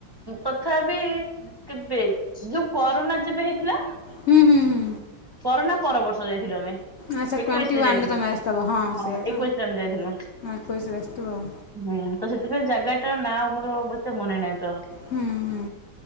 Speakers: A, on the right; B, on the left.
A: ତଥାପି କେବେ ଯୋଉ କରୋନା ଯେବେ ହେଇଥିଲା।
B: ହୁଁ ହୁଁ ହୁଁ
A: କରନା ପର ବର୍ଷ ଯାଇଥିଲୁ ଆମେ।
B: ଆଚ୍ଛା
A: ଏକୋଇଶ
B: ଟ୍ୱେଣ୍ଟି
A: ରେ
B: ୱାନ୍ରେ
A: ଯାଇଥିଲୁ
B: ତମେ ଆସିଥିବ
A: ହଁ
B: ସେଇଆ ତ
A: ଏକୋଇଶ ରେ ଆମେ ଯାଇଥିଲୁ।
B: ଏକୋଇଶରେ ଆସିଥିବ ଆଉ
A: ହୁଁ ତ ସେଥିପାଇଁ ଜାଗା ଟା ନାଁ ମୋର ଏତେ ମନେ ନାହିଁ ତ।
B: ହୁଁ ହୁଁ